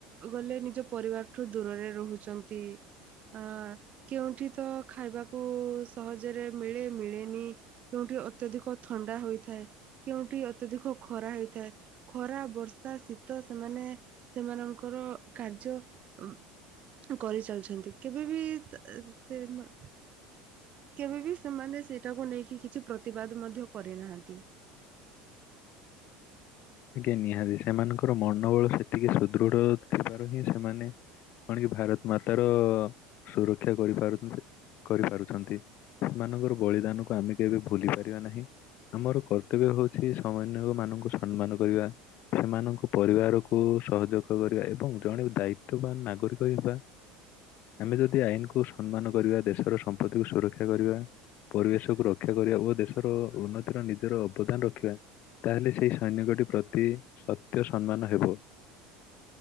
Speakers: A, on the right; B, on the left.
A: ଗଲେ ନିଜ ପରିବାରଠୁ ଦୂରରେ ରହୁଛନ୍ତି। ଆ କେଉଁଠି ତ ଖାଇବାକୁ ସହଜରେ ମିଳେ ମିଳେନି। କେଉଠି ଅତ୍ୟଧିକ ଥଣ୍ଡା ହୋଇଥାଏ କେଉଁଠି ଅତ୍ୟଧିକ ଖରା ହେଇଥାଏ। ଖରା ବର୍ଷା ଶୀତ ସେମାନେ ସେମାନଙ୍କର କାର୍ଯ୍ୟ ଉଁ କରିଚାଲିଛନ୍ତି କେବେ ବିି ତା ସେ ମା କେବେବିି ସେମାନେ ସେଇଟାକୁ ନେଇକି କିଛି ପ୍ରତିବାଦ ମଧ୍ୟ କରିନାହାନ୍ତି।
B: ଆଜ୍ଞା ନିହାତି ସେମାନଙ୍କର ମନୋବଳ ସେତିକି ସୁଦୃଢ ଥିବାରୁ ହିଁ ସେମାନେ କଣ କି ଭାରତ ମାତାର ସୁରକ୍ଷା କରିପାରୁଛନ୍ତି। କରିପାରୁଛନ୍ତି। ସେମାନଙ୍କର ବଳିଦାନକୁ ଆମେ କେବେ ଭୁଲି ପାରିବା ନାହିଁ। ଆମର କର୍ତ୍ତବ୍ୟ ହଉଛି ସମନ୍ୟ ମାନଙ୍କୁ ସମ୍ମାନ କରିବା। ସେମାନଙ୍କୁ ପରିବାରକୁ ସହଯୋଗ କରିବା ଏବଂ ଜଣେ ଦାୟିତ୍ୱବାନ ନାଗରିକ ହେବା। ଆମେ ଯଦି ଆଇନକୁ ସମ୍ମାନ କରିବା ଦେଶର ସମ୍ପତ୍ତିକୁ ସୁରକ୍ଷା କରିବା। ପରିବେଶକୁ ରକ୍ଷା କରିବା ଓ ଦେଶର ଉନ୍ନତିର ନିଜର ଅବଦାନ ରଖିବା। ତାହେଲେ ସେଇ ସୈନିକ ଟି ପ୍ରତି ସତ୍ୟ ସମ୍ମାନ ହେବ।